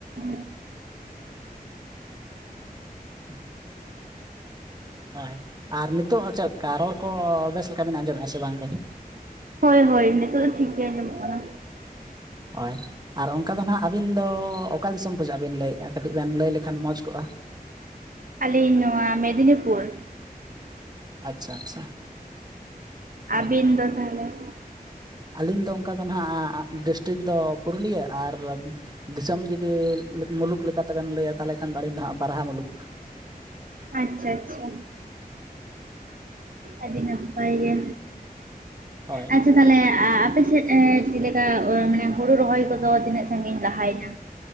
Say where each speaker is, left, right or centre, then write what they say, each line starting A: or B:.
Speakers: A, on the right; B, on the right.
A: <inaudible>
B: ᱩᱸ ᱦᱳᱭ ᱟᱨ ᱱᱤᱛᱚᱜ ᱪᱮᱫ ᱞᱮᱠᱟ ᱨᱚᱲ ᱠᱚ ᱵᱮᱥ ᱞᱮᱠᱟ ᱵᱮᱱ ᱟᱸᱡᱚᱢᱮᱜᱼᱟ ᱥᱮ ᱵᱟᱝᱜᱮ
A: ᱦᱳᱭ ᱦᱳᱭ ᱱᱤᱛᱚᱜ ᱫᱚ ᱴᱷᱤᱠ ᱜᱮ ᱟᱸᱡᱚᱢᱚᱜ ᱠᱟᱱᱟ,
B: ᱦᱚᱭ ᱟᱨ ᱚᱝᱠᱟ ᱫᱚ ᱱᱟᱦᱟᱜ ᱟᱹᱵᱤᱱ ᱫᱚ ᱚᱠᱟ ᱫᱤᱥᱚᱢ ᱠᱷᱚᱡᱟᱜ ᱵᱤᱱ ᱞᱟᱹᱭᱮᱜᱼᱟ ᱠᱟᱹᱴᱤᱡ ᱵᱮᱱ ᱞᱟᱹᱭ ᱞᱮᱠᱷᱟᱱ ᱢᱚᱡᱽ ᱠᱚᱜᱼᱟ?
A: ᱟᱹᱞᱤᱧ ᱱᱚᱣᱟ ᱢᱮᱫᱽᱱᱤᱯᱩᱨ ᱾
B: ᱟᱪᱪᱷᱟ ᱟᱪᱪᱷᱟ
A: ᱟᱹᱵᱤᱱ
B: ᱦᱳᱭ
A: ᱫᱚ ᱛᱟᱦᱟᱞᱮ?
B: ᱟᱹᱞᱤᱧ ᱫᱚ ᱚᱝᱠᱟ ᱫᱚ ᱱᱟᱦᱟᱜ ᱰᱤᱥᱴᱤᱠ ᱫᱚ ᱯᱩᱨᱩᱞᱤᱭᱟᱹ ᱟᱨ ᱫᱤᱥᱚᱢ ᱡᱩᱫᱤ ᱢᱩᱞᱩᱠ ᱞᱮᱠᱟᱛᱮᱵᱮᱱ ᱞᱟᱹᱭᱟ ᱛᱟᱦᱚᱞᱮ ᱠᱷᱟᱱ ᱫᱚ ᱟᱹᱞᱤᱧ ᱫᱚ ᱦᱟᱸᱜ ᱵᱟᱨᱦᱟ ᱢᱩᱞᱩᱠ ᱾
A: ᱟᱪᱪᱷᱟ ᱟᱪᱪᱷᱟ ᱟᱹᱰᱤ ᱱᱟᱯᱟᱭ ᱜᱮ
B: ᱦᱳᱭ
A: ᱟᱪᱪᱷᱟ ᱛᱟᱦᱞᱮ ᱟ-ᱟᱯᱮ ᱥᱮᱫ ᱮᱸ ᱪᱮᱜ ᱞᱮᱠᱟ ᱚ ᱢᱟᱱᱮ ᱦᱳᱲᱳ ᱨᱚᱦᱚᱭ ᱠᱚᱫᱚ ᱛᱤᱱᱟᱹᱜ ᱥᱟᱺᱜᱤᱧ ᱞᱟᱦᱟᱭᱱᱟ?